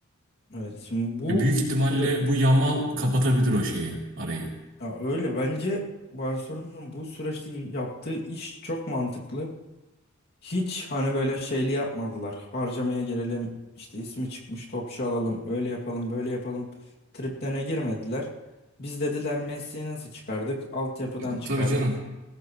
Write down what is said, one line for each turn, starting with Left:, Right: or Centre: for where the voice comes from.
Left: Evet şimdi bu
Right: E, büyük ihtimalle
Left: bir
Right: bu Yamal kapatabilir o şeyi, arayı.
Left: ya öyle bence Barcelona'nın bu süreçte yaptığı iş çok mantıklı. Hiç hani böyle şeyli yapmadılar. Harcamaya girelim, işte ismi çıkmış topçu alalım, öyle yapalım, böyle yapalım. Triplerine girmediler. Biz dediler Messi'yi nasıl çıkardık? Altyapıdan
Right: Ya,
Left: çıkardık.
Right: tabii canım.